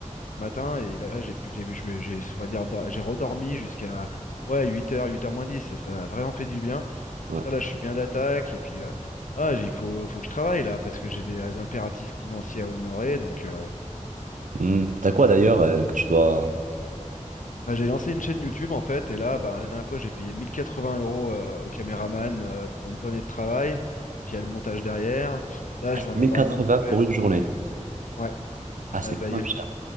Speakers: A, on the left; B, on the right.
A: ce matin, et là j'ai pu- j'ai j'ai j'ai- on va dire dor- j'ai redormi jusqu'à ouais huit heures, huit heures moins dix et ça a vraiment fait du bien.
B: Ouais.
A: Ça, là, je suis bien d'attaque. Et puis, euh, ah, il faut, faut que je travaille, là, parce que j'ai des euh, impératifs financiers à honorer. Donc, euh,
B: Hmm. T'as quoi
A: chacun.
B: d'ailleurs euh, que tu dois
A: Bah, j'ai lancé une chaîne YouTube, en fait. Et là, bah, la dernière fois, j'ai payé 1080 euros euh, au caméraman euh, pour une journée de travail. Puis, il y a le montage derrière. Là, je vais en
B: 1080
A: avoir une nouvelle.
B: pour une journée?
A: Ouais.
B: Ah,
A: Ah,
B: c'est
A: bah,
B: quand
A: il
B: même
A: y a le-
B: cher.